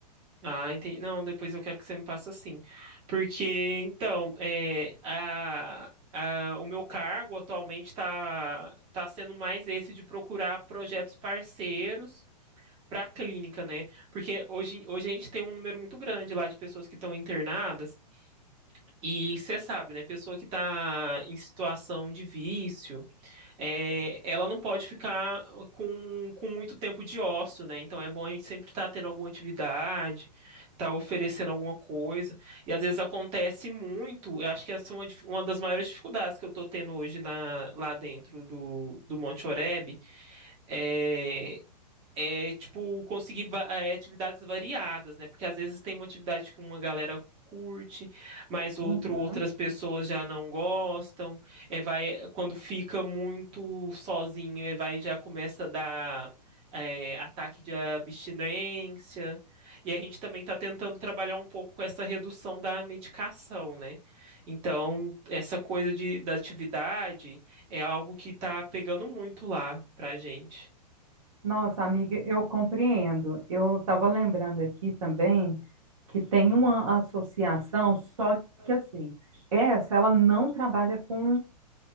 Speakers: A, on the right; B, on the right.
A: Ah, entendi. Não, depois eu quero que você me passe assim. Porque, então, é, a, a- o meu cargo atualmente está tá tá sendo mais esse de procurar projetos parceiros para a clínica, né? Porque hoje, hoje a gente tem um número muito grande lá de pessoas que estão internadas, e você sabe, né? Pessoa que está em situação de vício é, ela não pode ficar com, com muito tempo de ócio, né? Então é bom a gente sempre estar tendo alguma atividade, estar oferecendo alguma coisa. E às vezes acontece muito, eu acho que essa é uma, dif- uma das maiores dificuldades que eu estou tendo hoje na- lá dentro do, do Monte Oreb, é é, tipo, conseguir va- é, atividades variadas, né? Porque às vezes tem uma atividade que uma galera curte, mas outro,
B: Uhum.
A: outras pessoas já não gostam. É, vai, quando fica muito sozinho, é, vai, já começa a dar é, ataque de abstinência. E a gente também está tentando trabalhar um pouco com essa redução da medicação, né? Então, essa coisa de, da atividade é algo que está pegando muito lá pra gente.
B: Nossa, amiga, eu compreendo. Eu estava lembrando aqui também que tem uma associação, só que assim, essa ela não trabalha com,